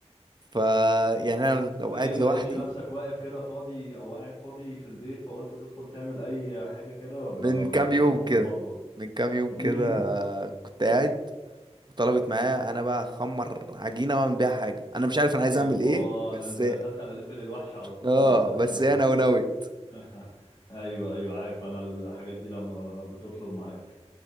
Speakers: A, on the right (about 40°); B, on the left (about 40°).
A: ف يعني انا لو
B: طب ايه
A: قاعد
B: ما
A: لوحدي
B: لقيتش نفسك واقف كده فاضي او قاعد فاضي في البيت فقلت تدخل تعمل اي حاجه كده ولا
A: من كام
B: مالكش
A: يوم
B: انت
A: كده
B: في المطبخ
A: من كام يوم كده
B: امم
A: كنت قاعد وطلبت معايا انا بقى اخمر عجينه واعمل بيها حاجه انا مش عارف انا عايز
B: اوبا
A: اعمل ايه بس
B: ده انت دخلت على ليفل الوحش على طول
A: اه
B: ده انت
A: بس هي نونوت
B: <laughs> ايوه ايوه عارف انا الحاجات دي لما بتطلب معاك